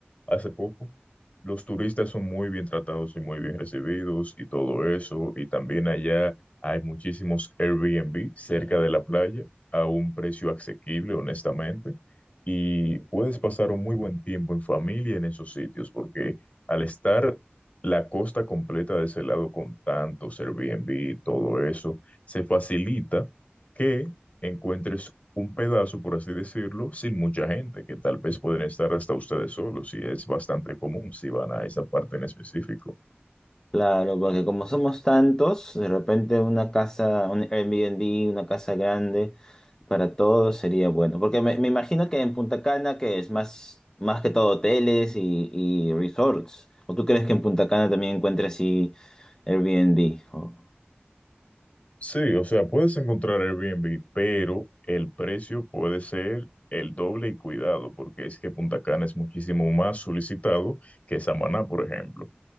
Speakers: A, on the left; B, on the left.
A: hace poco, los turistas son muy bien tratados y muy bien recibidos y todo eso. Y también allá hay muchísimos Airbnb cerca de la playa a un precio asequible, honestamente, y puedes pasar un muy buen tiempo en familia en esos sitios, porque al estar la costa completa de ese lado con tantos Airbnb y todo eso, se facilita que encuentres un pedazo, por así decirlo, sin mucha gente, que tal vez pueden estar hasta ustedes solos, y es bastante común si van a esa parte en específico.
B: Claro, porque como somos tantos, de repente una casa, un Airbnb, una casa grande para todos sería bueno. Porque me, me imagino que en Punta Cana, que es más, más que todo hoteles y, y resorts, ¿o tú crees que en Punta Cana también encuentres así Airbnb? Oh,
A: Sí, o sea, puedes encontrar Airbnb, pero el precio puede ser el doble y cuidado, porque es que Punta Cana es muchísimo más solicitado que Samaná, por ejemplo.